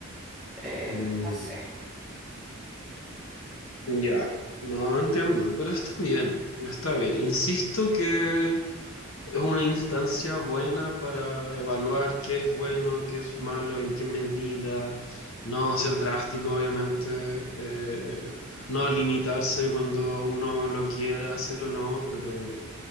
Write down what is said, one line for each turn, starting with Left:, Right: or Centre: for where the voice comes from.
Centre: eh,
Left: Mm,
Centre: no sé.
Left: ya, no entiendo, pero está bien, está bien. Insisto que es una instancia buena para evaluar qué es bueno, qué es malo, en qué medida, no ser drástico, obviamente, eh, no limitarse cuando uno lo quiera hacer o no, pero,